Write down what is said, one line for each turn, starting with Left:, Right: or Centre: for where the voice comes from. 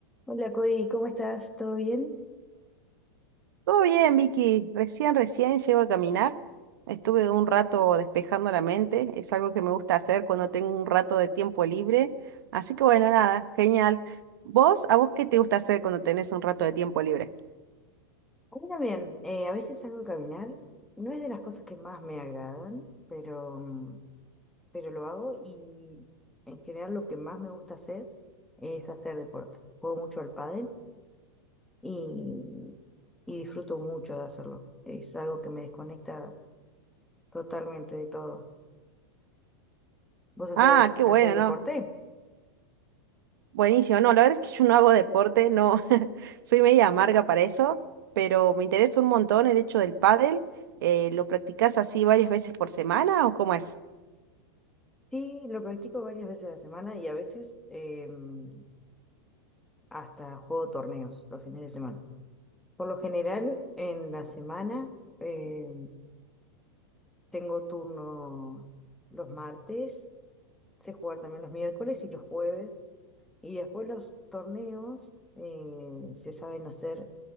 Centre: Hola Cori, ¿cómo estás? ¿Todo bien?
Right: Todo bien, Vicky. Recién, recién llego a caminar. Estuve un rato despejando la mente. Es algo que me gusta hacer cuando tengo un rato de tiempo libre. Así que bueno, nada, genial. ¿Vos, a vos qué te gusta hacer cuando tenés un rato de tiempo libre?
Centre: Bueno, bien, eh, a veces salgo a caminar, no es de las cosas que más me agradan, pero, mm, pero lo hago y en general lo que más me gusta hacer es hacer deporte. Juego mucho al pádel y, y disfruto mucho de hacerlo. Es algo que me desconecta totalmente de todo. ¿Vos hacés
Right: Ah, qué
Centre: algún
Right: bueno,
Centre: deporte?
Right: ¿no? Buenísimo. No, la verdad es que yo no hago deporte, no. <laughs> Soy media amarga para eso, pero me interesa un montón el hecho del pádel. Eh, ¿lo practicás así varias veces por semana o cómo es?
Centre: Sí, lo practico varias veces a la semana y a veces em, hasta juego torneos los fines de semana. Por lo general, en la semana eh, tengo turno los martes, sé jugar también los miércoles y los jueves. Y después los torneos eh, se saben hacer